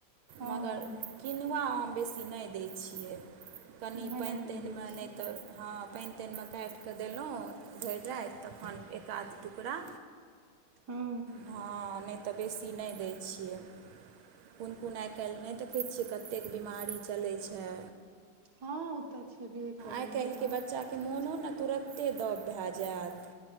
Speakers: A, on the right (about 55°); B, on the right (about 75°).
A: हँ
B: मगर किनुआ आम बेसी नय दै छियै कनि
A: भने
B: पइन
A: नहि
B: तइन
A: दै
B: मे
A: छियै
B: नय तऽ हँ पइन तइन मे काइट कऽ देलु भेर राइत तखन एकाध टुकड़ा
A: हँ
B: हँ नइ तऽ बेसी नइ दै छियै कोन कोन आइ काइल नय देखै छियै कतेक बमारी चलै छै
A: हँ ओ तऽ छेबे करै
B: आइ काइलके
A: बिमारी
B: बच्चाके
A: सब
B: मोनो
A: छै
B: ने तुरत्ते दब भेए जायत